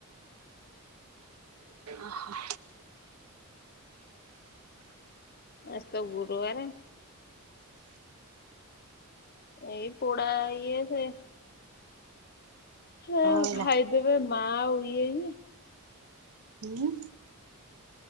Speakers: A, on the right; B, on the left.
A: ଓ ହ
B: ଆଜି ତ ଗୁରୁବାରେ ଏଇ ପୋଡ଼ା ଇଏ ସେ ହ
A: ସଇଲା
B: ଖାଇଦେବେ ମା ଆଉ ଇଏ
A: ହୁଁ